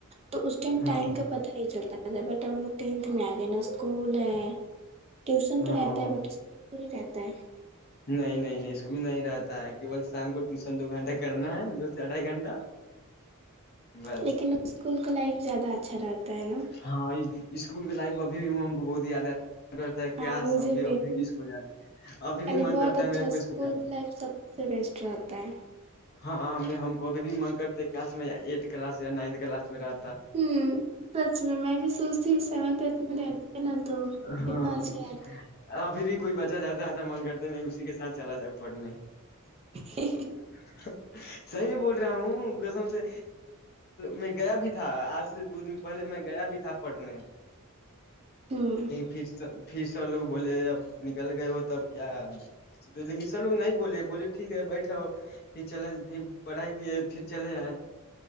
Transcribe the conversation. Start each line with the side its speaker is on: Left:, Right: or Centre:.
Right: تو اس ٹائم
Left: ہاں
Right: ٹائم کا پتا نہیں چلتا رہ تھا بٹ تب ہم ٹینتھ میں آ گئے نا اسکول ہے ٹیوشن
Left: ہاں
Right: تو رہتا ہے بٹ اسکول پوری رہتا ہے ت
Left: نہیں نہیں نہیں اسکول نہیں رہتا ہے کیول شام کو ٹیوشن دو گھنٹہ کرنا ہے دو سے اھائی گھنٹہ بس
Right: لیکن اسکول کا لائف زیادہ اچھا رہتا ہے نا
Left: ہاں اسکول کے لائف اب بھی ہم کو بہت یاد ہے من کرتا ہے کیاس
Right: ہاں مجھے
Left: سم بھی ابھی بھی اسکول جانا ابھی بھی
Right: پہلے
Left: من کرتا
Right: بہت اچھا
Left: ہے میرے کو
Right: اسکول
Left: جانا
Right: کی لائف سب سے بیسٹ رہتا ہے
Left: ہاں ہ ہم کو اب بھی منگ کرتے کس میں ایٹھ کلاس یا نائنھ کلاس میں رہ
Right: ہ سچ میں میں بھی سوچتی ہوں سیونھ ایھ میں رہتی ہے نا تو
Left: ہاں
Right: کتنا اچھا رہتا
Left: ابھی بھی کوئی بچہ جاتا آتا مگ کرتے نہیں اس کسی کے سھ چلا جؤ پڑنے
Right: ہے۔
Left: <unintelligible> صحیح میں بول رہا ہوں کسم سے میں گیا بھی تھا آج سے دو دن پہلے میں گیا بھی تھا پڑھنے
Right: ہوں
Left: نہیں فھر توھر س لوگ بولے اب نکل گئے ہو تب کیا ہے تو لیکن سب لوگ نہیں بولے بولے ٹھیک ہے بیٹھا ہو پھر چلے پھر پڑھائی کیے پھر چلے جائیں